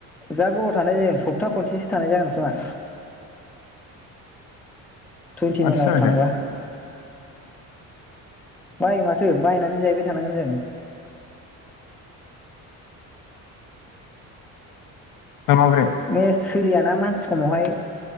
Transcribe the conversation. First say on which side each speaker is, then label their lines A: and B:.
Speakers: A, in the centre; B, on the left.
A: जा गोबाव थानाय जायो सप्ता खनसेसो थानाय जागोन खोमा। टुन्टिनाइनाव
B: माथो जाखो
A: थांबा बायो माथो बायनानै जिरायबाय थांनांगोन जों।
B: ना माबोरै?
A: बे सोलियाना मानसि समावहाय